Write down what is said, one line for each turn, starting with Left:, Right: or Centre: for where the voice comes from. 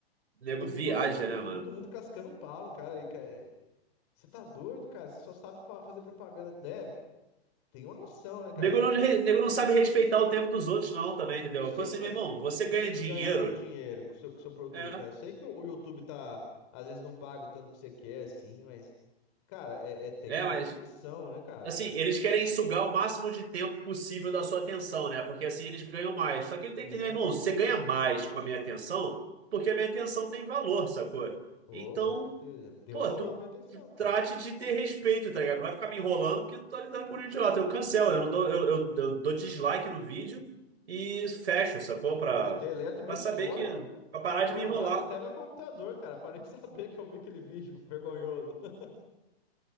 Right: Nego
Left: É todo
Right: viaja,
Left: mundo, é
Right: né, mano?
Left: todo mundo cascando pau no cara aí, cara. Você tá doido, cara? Você só sabe fa- fazer propaganda, né? Tem uma noção, né, cara?
Right: Nego
Left: Eu sei
Right: não,
Left: que você tem
Right: re-
Left: que,
Right: nego não sabe respeitar o tempo dos outros, não, também, entendeu?
Left: eu sei
Right: Pô, assim,
Left: que, você tem
Right: meu irmão,
Left: que,
Right: você
Left: que
Right: ganha
Left: você tem
Right: dinheiro.
Left: que ganhar o teu dinheiro com o seu, com o seu produto,
Right: É.
Left: né? Eu sei que o, o YouTube tá, às vezes, não paga o tanto que você quer, assim, mas, cara, é, é- tem
Right: É,
Left: um mínimo
Right: mas
Left: de noção, né, cara?
Right: Assim, eles querem sugar o máximo de tempo possível da sua atenção, né? Porque assim eles ganham mais. Só que ele tem
Left: Né?
Right: que entender, irmão, você ganha mais com a minha atenção, porque a minha atenção tem valor, sacou?
Left: Ô,
Right: Então,
Left: com certeza. Deu
Right: pô,
Left: valor
Right: tu,
Left: pra minha atenção,
Right: tu
Left: cara.
Right: trate de ter respeito, tá ligado? Não vai ficar me enrolando porque eu tô lidando com o idiota. Eu cancelo, eu não dou, eu, eu, eu dou dislike no vídeo e fecho, sacou? Pra,
Left: Eu deleto meu
Right: pra saber
Left: histórico,
Right: que. Pra parar de
Left: formato
Right: me enrolar.
Left: até meu computador, cara, pra nem <laughs> saber que eu vi aquele vídeo vergonhoso. <laughs>